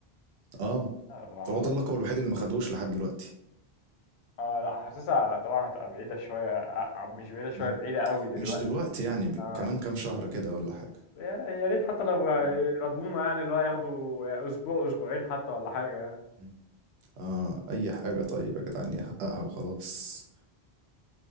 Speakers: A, on the right; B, on the left.
A: اه
B: آه، ما اعرفش
A: هو ده اللقب الوحيد اللي ما خدوش لحد دلوقتي
B: اه لا حاسسها طبعا هتبقى بعيده شويه آه، آه، مش بعيده شويه
A: مم.
B: بعيده قوي دلوقتي
A: مش دلوقتي يعني ب-
B: اه
A: كمان كام شهر كده ولا حاجه
B: يا يا ريت حتى لو يرضونا
A: مم.
B: يعني اللي هو ياخدوا اسبوع اسبوعين حتى ولا حاجه
A: مم. اه اي حاجه طيب يا جدعان يحققها وخلاص